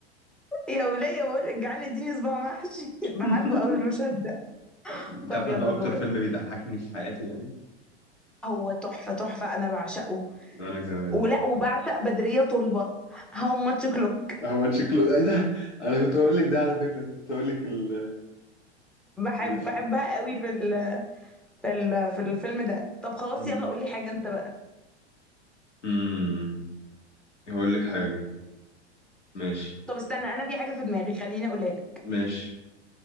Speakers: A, in the centre; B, on the left.
A: يا وليه بقول لك جعان اديني صباع محشي <laughs> بحبه
B: <laughs>
A: قوي المشهد ده
B: انت
A: طب
B: عارف إن
A: يلا
B: ده اكتر
A: دورك
B: فيلم بيضحكني في حياتي يعني
A: هو تحفه تحفه انا بعشقه
B: وانا كمان
A: ولا وبعشق بدريه طلبه هاو ماتش كلوك
B: احمد شكله ايه ده انا كنت هقول لك ده على فكره كنت هقول لك ال...
A: بحب
B: الاسم
A: بحبها قوي في ال في ال في الفيلم ده طب خلاص
B: مم.
A: يلا قولي حاجه انت بقى
B: مم. هقول لك حاجة ماشي
A: طب استنى انا في حاجه في دماغي خليني اقولها لك
B: ماشي